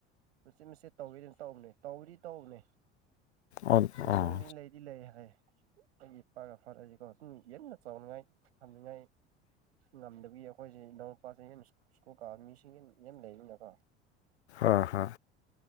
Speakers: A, on the right; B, on the left.
A: ꯃꯆꯦ ꯃꯆꯤꯠ ꯇꯧꯋꯦ ꯑꯗꯨꯝ ꯇꯧꯕꯅꯦ ꯇꯧꯋꯔꯤ ꯇꯧꯕꯅꯦ
B: ꯑꯣ
A: ꯁꯤꯟꯇꯣꯡꯗꯤ
B: ꯑꯣ
A: ꯂꯩꯗꯤ ꯂꯩ ꯍꯥꯏ ꯑꯩꯒꯤ ꯏꯄꯥꯒ ꯐꯔꯖꯤꯀꯣ ꯌꯦꯟꯅ ꯆꯥꯎꯅꯤꯡꯉꯥꯏ ꯊꯝꯅꯤꯉꯥꯏ ꯉꯝꯗꯕꯒꯤ ꯑꯩꯈꯣꯏꯖꯦ ꯏꯅꯥꯎꯅꯨꯄꯁꯦ ꯍꯦꯟꯅ ꯁ꯭ꯀꯨꯜ ꯀꯥ ꯃꯤꯁꯤꯡ ꯒꯤ ꯌꯥꯝ ꯂꯩꯕꯅꯀꯣ
B: ꯑ ꯍ